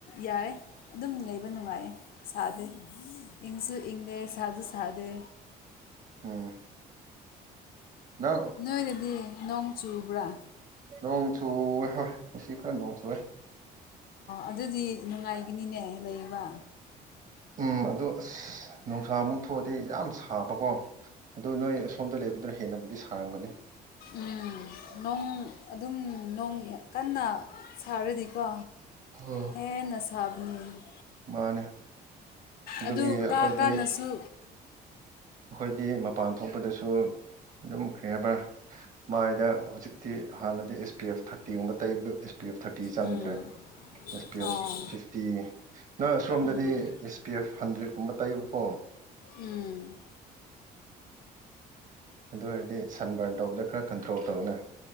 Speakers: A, on the left; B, on the right.
A: ꯌꯥꯏ ꯑꯗꯨꯝ ꯂꯩꯕ ꯅꯨꯡꯉꯥꯏꯌꯦ ꯁꯥꯗꯦ ꯏꯪꯁꯨ ꯏꯪꯗꯦ ꯁꯥꯁꯨ ꯁꯥꯗꯦ
B: ꯎꯝ ꯅꯪ
A: ꯅꯣꯏꯗꯗꯤ ꯅꯣꯡ ꯆꯨꯕ꯭ꯔꯥ
B: ꯅꯣꯡꯆꯨꯋꯦ ꯍꯣꯏ ꯑꯁꯤ ꯈꯔ ꯅꯣꯡ ꯆꯨꯑꯦ
A: ꯑꯗꯨꯗꯤ ꯅꯨꯡꯉꯥꯏꯒꯅꯤꯅꯦ ꯂꯩꯕ
B: ꯎꯝ ꯑꯗꯣ ꯑꯁ ꯅꯨꯡꯁꯥꯃꯨꯛ ꯊꯣꯛꯑꯗꯤ ꯌꯥꯝ ꯁꯥꯕꯀꯣ ꯑꯗꯨ ꯅꯣꯏ ꯑꯁꯣꯝꯗ ꯂꯩꯕꯗꯨꯅ ꯍꯦꯟꯅꯕꯨꯗꯤ ꯁꯥꯔꯝꯒꯅꯤ
A: ꯎꯝ ꯅꯣꯡ ꯑꯗꯨꯝ ꯅꯣꯡ ꯀꯟꯅ ꯁꯥꯔꯗꯤꯀꯣ
B: ꯑꯣ
A: ꯍꯦꯟꯅ ꯁꯥꯕꯅꯤ
B: ꯃꯥꯅꯦ ꯑꯗꯨꯒꯤ
A: ꯑꯗꯨ
B: ꯑꯩꯈꯣꯏꯗꯤ
A: ꯀꯥ ꯀꯥꯅꯁꯨ
B: ꯑꯩꯈꯣꯏꯗꯤ ꯃꯄꯥꯟ ꯊꯣꯛꯄꯗꯁꯨ ꯑꯗꯨꯝꯈ꯭ꯔꯦ ꯍꯥꯏꯕ꯭ꯔꯥ ꯃꯥꯏꯗ ꯍꯧꯖꯤꯛꯇꯤ ꯍꯥꯟꯅꯗꯤ ꯑꯦꯁ ꯄꯤ ꯑꯦꯐ ꯊꯥꯔꯇꯤꯒꯨꯝꯕ ꯇꯩꯕ ꯐ ꯊꯥꯔꯇꯤ ꯆꯪꯗ꯭ꯔꯦ
A: ꯎꯝ
B: S P
A: O
B: F fifty ꯅꯣꯏ ꯑꯁꯣꯝꯗꯗꯤ
A: ꯎꯝ
B: ꯑꯦ ꯄꯤ ꯑꯦꯐ ꯍꯟꯗ꯭ꯔꯦꯠꯀꯨꯝꯕ ꯇꯩꯕꯀꯣ
A: ꯎꯝ
B: ꯑꯗꯨ ꯑꯣꯏꯔꯗꯤ ꯁꯟ ꯕꯔꯟ ꯇꯧꯕꯗ ꯈꯔ ꯀꯟꯇ꯭ꯔꯣꯜ ꯇꯧꯋꯦꯅ